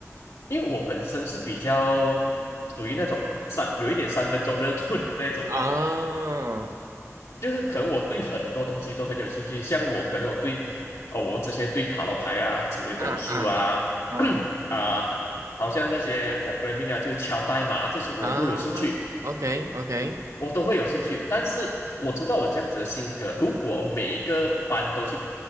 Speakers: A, on the left (about 80°); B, on the right (about 70°).
A: 因为我本身是比较属于那种三有一点三分钟热度的那种人，
B: 啊啊
A: 就是可能我对很多东西都很有兴趣。像我可能我对哦，我之前对塔罗牌啊、紫微斗数啊
B: 啊啊啊
A: <coughs> <clears throat> 啊，好像那些 programming 啊，就是敲代码啊这些我都有兴趣。
B: 啊，OK OK，
A: 我都会有兴趣，但是我知道我这样子的性格，如果每一个班都去